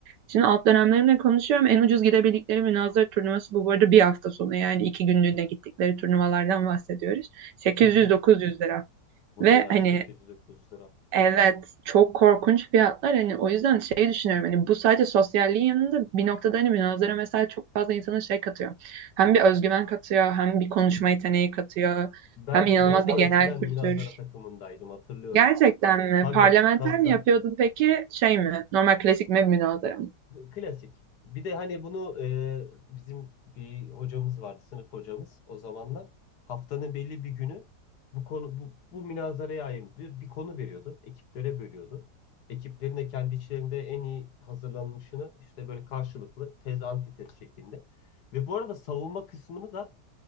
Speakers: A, on the right (about 80°); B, on the left (about 70°).
A: Şimdi alt dönemlerimle konuşuyorum. En ucuz gidebildikleri münazara turnuvası bu. Bu arada bir hafta sonu yani iki günlüğüne gittikleri turnuvalardan bahsediyoruz. 800-900
B: Hı hı.
A: lira.
B: Bu
A: Ve
B: ne ya
A: hani
B: 809 lira.
A: Evet, çok korkunç fiyatlar. Hani o yüzden şey düşünüyorum. Hani bu sadece sosyalliğin yanında bir noktada hani münazara mesela çok fazla insana şey katıyor. Hem bir özgüven katıyor, hem bir konuşma
B: Hı
A: yeteneği
B: hı.
A: katıyor,
B: Ben
A: hem inanılmaz
B: ben de
A: bir genel
B: eskiden
A: kültür.
B: Münazara takımındaydım hatırlıyorum.
A: Gerçekten mi?
B: Tabii
A: Parlamenter
B: tabii
A: mi
B: tabii.
A: yapıyordun peki? Şey mi? Normal klasik mi münazara mı?
B: Klasik. Bir de hani bunu e, bizim bir hocamız vardı, sınıf hocamız o zamanlar. Haftanın belli bir günü bu konu bu, bu münazaraya ayırın diyor. Bir konu veriyordu. Ekiplere bölüyordu. Ekiplerin de kendi içlerinde en iyi hazırlanmışını işte böyle karşılıklı tez antitez şeklinde. Ve bu arada savunma kısmını da